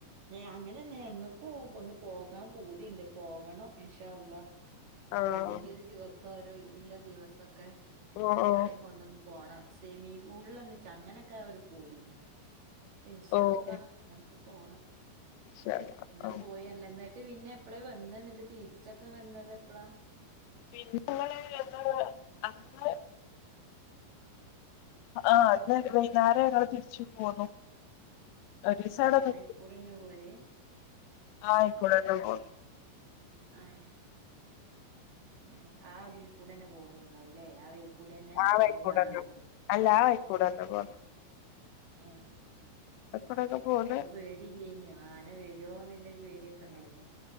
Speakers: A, on the right; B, on the left.
A: ഏ അങ്ങനെന്നെ ഞങ്ങക്കും പൊന്ന് പോകാം പൂതിണ്ട് പോകണം ഇന്ഷാ അല്ലാഹ്
B: ആഹ്
A: ഏതെങ്കിലും ഒരു ദിവ ഓരോ ഒയ്വില്ല ദിവസക്കേ
B: ഓഹ്
A: കുട്ടാളിം
B: ഓഹ്
A: കൊണ്ടൊന്നു പോണ സെമീ പൂൾലൊന്ന് ചാ അങ്ങനെക്കെ ഒരു പൂതിണ്ട് ഇന്ഷാ
B: ഓഹ്
A: അല്ലാഹ് അങ്ങക്കെ പോണം
B: ഇൻഷാ അല്ലാഹ്
A: ഇങ്ങള്
B: ആഹ്
A: പോയല്ലെന്ന് ട്ട് പിന്നെ എപ്പളേ വന്നെ ഇന്നട്ട് തിരിച്ചൊക്കെ വന്നതപ്പളാ
B: പിന്നെങ്ങള് വന്നത് അന്ന് ആ അന്നൊരു വൈന്നേരങ്ങള് തിരിച്ചു പോന്നു ഒരീസം അവടെ
A: ഏ
B: നിന്നു
A: ഐക്കൂടെന്നെ പോല്
B: ആ അയ്ക്കുടെന്നെ പോ
A: ഏഹ് ഏ ആ ഇതികുടെന്നെ പൊന്നീണ്ടാവുല്ലേ ആ വൈകു‌ടെന്നെ
B: ആ
A: അല്ലെ
B: വഴിക്കൂടെന്നെ
A: അല്ലെ വേറെ വൈക്കൂ
B: <unintelligible>
A: ഹേ
B: അയിക്കൂടൊക്കെ പോന്ന്
A: അപ്പ പേടില്ലെയ്ന്യോ ആന വരോന്ന്ള്ള ഒര് പേട്യൊക്കെണ്ടെയ്ന്യോ